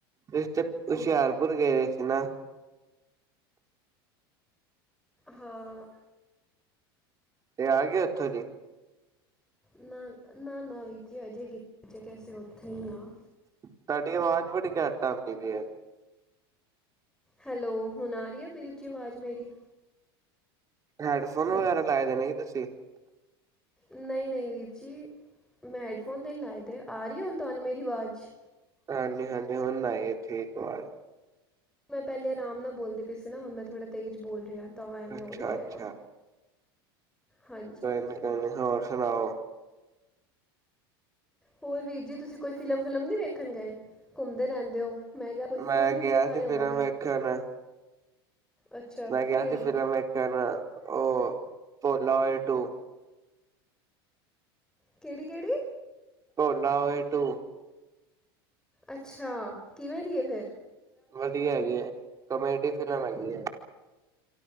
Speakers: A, on the right; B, in the centre.
A: ਰਿਸ਼ਤੇ
B: ਉਹ
A: ਹੁਸ਼ਿਆਰਪੁਰ ਗਏ ਹੋਏ ਸੀ ਕਿਨਾਂ
B: ਹਾਂ
A: ਤੇ ਆ ਗ ਉੱਥੋਂ ਦੀ
B: ਨਾ ਨਾ ਨਾ ਵੀ ਜੇ ਅਜੇ ਕਿਤੇਜੇ ਤਾਂ ਅਸੀਂ ਉੱਥੇ ਹੀ ਹਾਂ
A: ਤੁਹਾਡੀ ਆਵਾਜ ਬੜੀ ਘੱਟ ਆਂਦੀ ਪਈ ਐ
B: ਹੈਲੋ ਹੁਣ ਆ ਰਹੀ ਆ ਵੀਰ ਜੀ ਆਵਾਜ਼ ਮੇਰੀ
A: ਹੈਡਫੋਨ
B: ਹੈਲ
A: ਵਗੈਰਾ ਲਾਏ ਦੇ ਨੇਗੇ ਤੁਸੀਂ
B: ਨਹੀਂ ਨਹੀਂ ਵੀਰ ਜੀ ਮੈਂ ਹੈਡਫੋਨ ਦੇ ਨ ਲਾਏ ਦੇ ਆ ਰਹੀ ਹੁਣ ਤੁਹਾਨੂੰ ਮੇਰੀ ਆਵਾਜ਼
A: ਹਾਂਜੀ ਹਾਂਜੀ ਹੁਣ ਨਾਈ ਠੀਕ ਆਵਾਜ਼
B: ਮੈਂ ਪਹਿਲੇ ਆਮ ਨਾਲ ਬੋਲਦੀ ਪਈ ਸੀ ਨਾ ਹੁਣ ਮੈਂ ਥੋੜ੍ਹਾ ਤੇਜ਼ ਬੋਲ ਰਿਹੀ ਹਾਂ ਤਾਂ ਐਵੇਂ
A: ਅੱਛਾ
B: ਹੋ ਰਿਹਾ ਹੋਏਗਾ
A: ਅੱਛਾ
B: ਹਾਂਜੀ
A: ਕੋਈ
B: ਹਾਂਜੀ
A: ਨਹੀਂ ਕੋਈ ਨਹੀਂ, ਹੋਰ ਸੁਣਾਉ
B: ਹੋਰ ਵੀਰ ਜੀ ਤੁਸੀਂ ਕੋਈ ਫਿਲਮ ਫੁਲਮ ਨ ਵੇਖਣ ਗਏ ਘੁੰਮਦੇ ਰਹਿੰਦੇ ਹੋ ਮੈਂ ਕਿਹਾ ਕੋਈ
A: ਮੈਂ
B: ਫਿਲਮ ਹੀ
A: ਗਿਆ
B: ਵੇਖ ਆਏ
A: ਸੀ
B: ਹੋਵੋਗੇ
A: ਫਿਲਮ ਵੇਖਣ ਨੂੰ
B: ਅੱਛਾ
A: ਮੈਂ ਗਿਆ
B: ਕਿਹੜੀ
A: ਸੀ ਫਿਲਮ ਵੇਖਣ ਉਹ ਟੋਲਾ ਓਏ ਟੋ
B: ਕਿਹੜੀ ਕੇਹੜੀ
A: ਟੋਲਾ ਉਹ ਟੂੰ
B: ਅੱਛਾ ਕਿਵੇਂ ਦੀ ਫੇਰ
A: ਵਧੀਆ ਹੈਗੇ ਕਮੇਡੀ ਫਿਲਮ ਹੈ ਹੈ